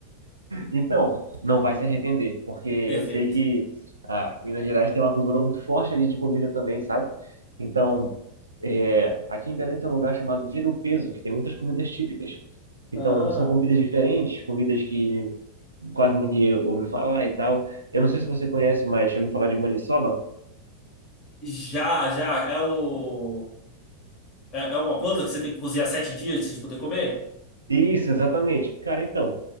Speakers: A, on the right; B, on the left.
A: Então, não vai se arrepender, porque
B: <laughs>
A: eu
B: Perfeito.
A: sei que ah, Minas Gerais tem uma cultura muito forte ali de comida também, sabe? Então, é, aqui em Belém tem um lugar chamado Vira o Peso, que tem muitas comidas típicas. Então,
B: Ah,
A: são comidas diferentes, comidas que quase ninguém ouviu falar e tal. Eu não sei se você conhece, mas já ouviu falar de maniçoba?
B: já, já. É o é é uma planta que você tem que cozinhar sete dias antes de poder comer?
A: Isso, exatamente. Cara, então,